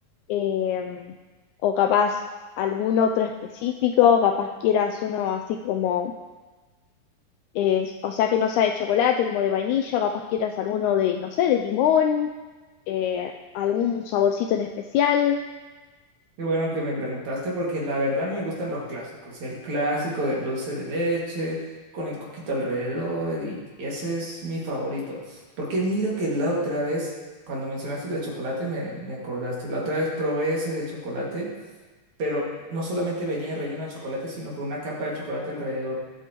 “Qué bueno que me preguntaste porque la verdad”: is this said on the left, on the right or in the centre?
Right